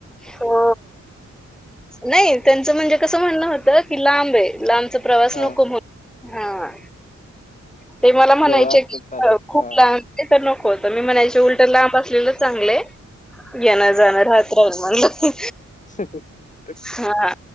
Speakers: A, in the centre; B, on the left.
A: हो... नाही त्यांचं म्हणजे कसं म्हणण होतं की लांब आहे लांबच. प्रवास नको
B: हा
A: हा... ते मला म्हणायचे
B: जवळ असलं
A: की
B: चालेल
A: खूप
B: हा
A: लहान. ते तर नको होत मी म्हणायचे उलट लांब असलेलं चांगलंयेणं जाणं राहत. मन...
B: ह <inaudible>
A: हा...